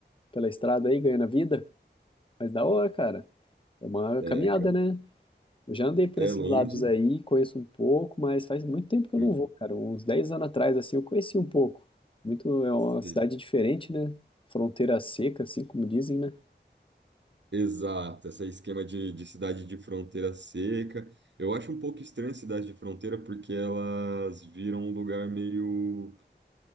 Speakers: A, on the left (about 30°); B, on the right (about 80°).
A: pela estrada aí, ganhando a vida? Mas da hora, cara. É uma
B: É,
A: caminhada,
B: cara,
A: né? Eu já andei por
B: é
A: esses
B: longe.
A: lados aí, conheço um pouco, mas faz muito tempo que eu
B: Uhum.
A: não vou, cara. Uns 10 anos atrás, assim, eu conheci um pouco. Muito, é uma
B: Sim.
A: cidade diferente, né? Fronteira seca, assim, como dizem, né?
B: Exato, esse esquema de, de cidade de fronteira seca. Eu acho um pouco estranho a cidade de fronteira porque elas viram um lugar meio.